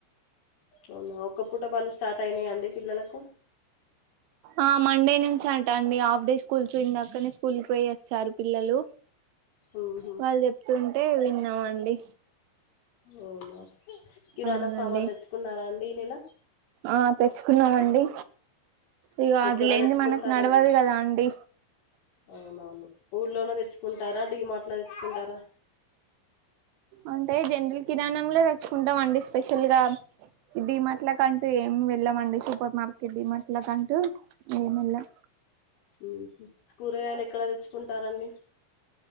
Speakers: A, on the left; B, on the right.
A: అవునా ఒక్క పూట బళ్ళు స్టార్ట్ అయినయండి పిల్లలకు
B: ఆ మండే నుంచి అంటండి హాఫ్ డే స్కూల్స్ ఇంగ అక్కన్నే స్కూల్కి పోయొచ్చారు పిల్లలు
A: ఉహు.
B: వాళ్ళు చెప్తుంటే విన్నమండి
A: అవున కిరాణా
B: అవునండి
A: సామాన్ తెచ్చుకున్నారా అండి ఈ నెల
B: ఆ తెచ్చుకున్నమండి ఇగ
A: ఎక్కడ
B: అదిలేనిది
A: తెచ్చుకుంటారండి
B: మనకు నడవదీ కదా అండి
A: అవునవును ఊళ్లోనే తెచ్చుకుంటారా డీ మార్ట్లో తెచ్చుకుంటారా
B: అంటే జనరల్ కిరాణంలో తెచ్చుకుంటాం అండి స్పెషల్ గా డీ మార్ట్లకంటూ ఏం వెళ్ళమండి సూపర్ మార్కెట్ డీ మార్ట్లకంటూ ఏమెళ్ళం
A: ఉహు కూరగాయలు ఎక్కడ తెచ్చుకుంటారండి